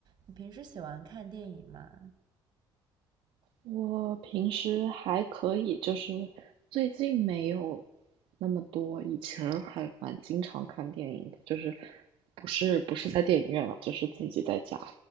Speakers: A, on the right (about 50°); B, on the right (about 70°).
A: 你平时喜欢看电影吗？
B: 我平时还可以，就是最近没有那么多，以前儿还蛮经常看电影的，就是不是不是在电影院了，就是自己在家，